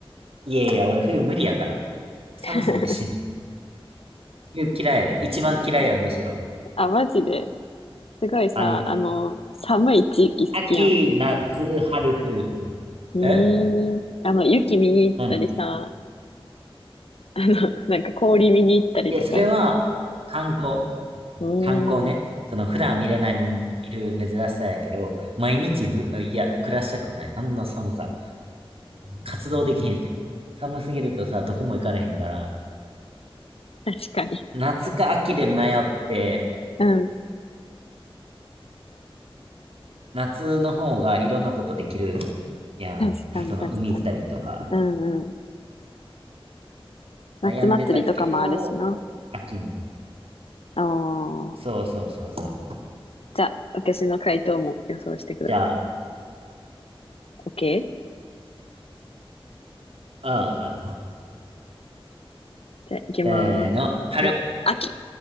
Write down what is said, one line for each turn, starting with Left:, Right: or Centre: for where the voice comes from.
Right: いやいや、俺冬無理やから。寒すぎて死ぬ。
Left: <laughs>
Right: 冬嫌いやで。一番嫌いや、むしろ。
Left: あ、マジで。すごいさ、
Right: あの、
Left: あの、寒い地域好きやん。
Right: 秋、夏、春、冬。
Left: うーん。
Right: え
Left: あの、雪見に行ったりさ、
Right: 何
Left: あの、<laughs> なんか氷見に行ったりとか。
Right: いや、それは観光。
Left: うーん。
Right: 観光ね。その普段見れないものを見る珍しさやけど、毎日ふ、いや、暮らしたくない。あんな寒さ。活動できへんし。寒すぎるとさ、どこも行かれへんから、
Left: 確かに。
Right: 夏か秋で迷って、
Left: うん。
Right: 夏の方がいろんなことできるやん。
Left: 確かに、
Right: その海行ったりとか。
Left: 確かに。うんうん。夏祭りとかもあるしな。
Right: 悩んでたけど、秋に。
Left: おー。
Right: そうそうそうそう。
Left: じゃあ、私の回答も予想してください。
Right: じゃあ、
Left: OK?
Right: うん、あ
Left: じゃあ、行きます。
Right: せーの、春。
Left: ま、秋。